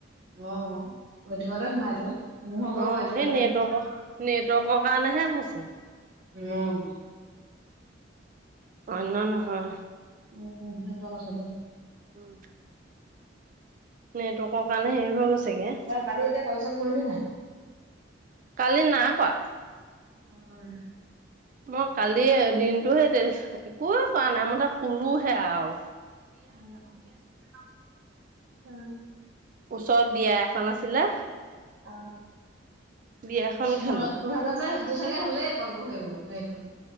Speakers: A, on the right; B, on the right.
A: অ ৱেটিঙতে সোমাই ত, মো ভাগও
B: অ
A: ৱেটিঙতে
B: সেই নেটৱৰ্কৰ
A: সোমাই
B: নেটৱৰ্কৰ কাৰণেহে হৈছে
A: ঙ
B: অন্য নহয়
A: উম উ সেইটোৱে কথাটো
B: উম নেটৱৰ্কৰ কাৰণে হেৰি হৈ গৈছেগে
A: তই কালি এতিয়া কল চল কৰিলি নাই
B: কালি নাই কৱা
A: উ উম
B: মই কালি দিনটো সেই তে একোৱে কৱা নাই মই ত শুলো হে আও
A: উম উম
B: ওচৰত বিয়া এখন আছিলে
A: অ
B: বিয়াখন
A: তো
B: খালোগে
A: ভাগ তো ভাগ যে তোৰ চাগে হ'লেই কলবোৰ সেইবোৰ সেইখন